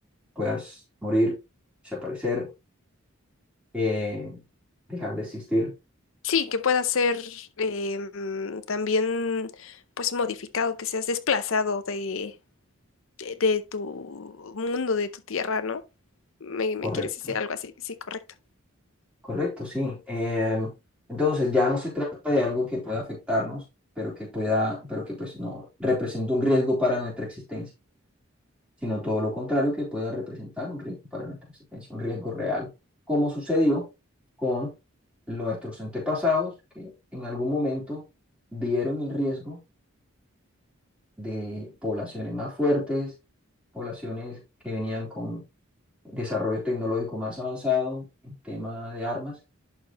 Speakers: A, in the centre; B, on the left.
A: puedas morir, desaparecer, eh, dejar de existir.
B: Sí, que pueda ser eh, mm, también pues modificado, que seas desplazado de, de, de tu mundo, de tu tierra, ¿no? Me, me
A: Correcto,
B: quieres decir algo así, sí, correcto.
A: correcto, sí. Eh, entonces ya no se trata de algo que pueda afectarnos, pero que pueda, pero que pues no representa un riesgo para nuestra existencia. sino todo lo contrario que pueda representar un riesgo para nuestra existencia, un riesgo real, como sucedió con nuestros antepasados que en algún momento vieron el riesgo de poblaciones más fuertes, poblaciones que venían con desarrollo tecnológico más avanzado en tema de armas